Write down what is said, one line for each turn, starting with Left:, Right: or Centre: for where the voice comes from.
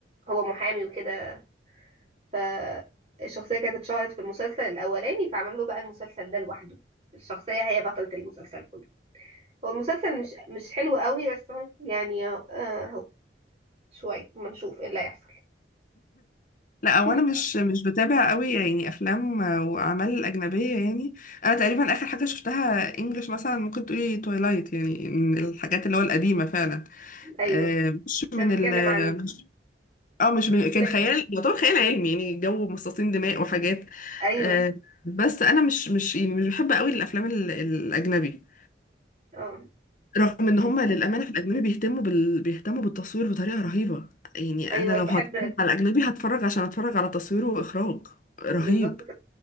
Right: هو محامي وكده فالشخصية كانت اتشهرت في المسلسل الأولاني فعملوا له بقى المسلسل ده لوحده الشخصية هي بطلة المسلسل كله هو المسلسل مش مش حلو قوي بس هو يعني آه، اهو شوية ما نشوف ايه اللي هيحصل
Left: لا
Right: <laughs>
Left: هو انا مش مش بتابع قوي يعني افلام واعمال اجنبيه يعني انا تقريبا اخر حاجه شفتها انجلش مثلا ممكن تقولي تويلايت يعني من الحاجات اللي هو القديمه فعلا
Right: ايوه
Left: آه، مش
Right: ده
Left: من
Right: بيتكلم
Left: ال
Right: عن
Left: مش- اه مش
Right: بيتكلم
Left: من... كان خيال يعتبر خيال علمي يعني جو مصاصين دماء وحاجات
Right: ايوه
Left: آه، بس انا مش مش يعني مش بحب قوي الافلام ال- الاجنبي
Right: اه
Left: رغم ان هم للامانه في الاجنبي بيهتموا بال... بيهتموا بالتصوير بطريقه رهيبه يعني
Right: ايوه
Left: انا لو
Right: انا بحب
Left: هتفرج على الاجنبي هتفرج عشان اتفرج على تصويره واخراج رهيب
Right: بالظبط كده